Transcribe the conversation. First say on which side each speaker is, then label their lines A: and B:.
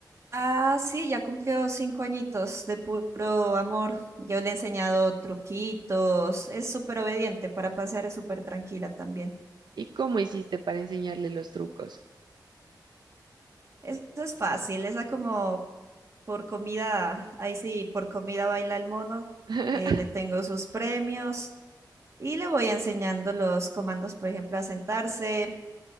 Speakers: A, on the right; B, on the right.
A: ah, sí, ya cumplió cinco añitos de puro amor. Yo le he enseñado truquitos. Es súper obediente para pasear, es súper tranquila también.
B: ¿Y cómo hiciste para enseñarle los trucos?
A: Eso es fácil. Esa como por comida, ahí sí, por comida baila el mono.
B: <laughs>
A: Eh, le tengo sus premios. Y le voy enseñando los comandos, por ejemplo, a sentarse.